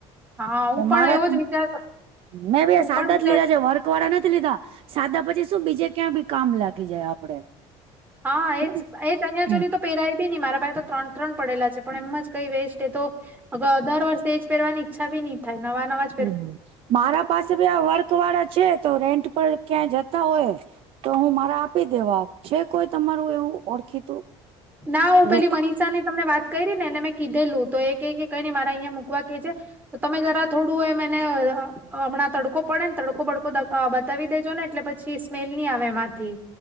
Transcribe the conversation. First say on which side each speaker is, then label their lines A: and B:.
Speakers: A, on the right; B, on the right.
A: હા હા હું પણ
B: મારા
A: એવો જ વિચાર
B: મેં બી
A: હું
B: એ સાદો
A: પણ વિચાર
B: જ લીધા છે વર્ક કરવાળો નથી લીધો સાદા પછી શું બીજે ક્યાં ભી કામ લાગી જાય આપડે.
A: હા
B: છે
A: એજ
B: ને
A: એ ચનિયા
B: હમ
A: ચોલી તો પહેરાય બી નહી મારા પાસે તો ત્રણ ત્રણ પડેલા છે પણ એમ જ કઈ વેસ્ટ તે તો દર વર્ષે એ જ પહેરવાની ઈચ્છા ભી નહી થાય નવા-નવા,
B: હ મારા પાસે ભી આ વર્ક વાળા છે તો રેન્ટ પર ક્યાં જતા હોય, તો હું મારા આપી દેવા છે કોઈ તમારું એવું ઓળખીતું.
A: ના હું પેલી
B: રે.
A: મનીષા ની તમને વાત કરી ને એને મેં કીધેલું તો એ કઈ નઈ મારા અહિયાંયા મૂકવા કે જે, તો તમે જરા થોડું એમ એને હમણાં તડકો પડે ને તડકો બડકો દ અ બ બતાવી દેજો ને એટલે પછી સ્મેલ નહી આવેમાંથી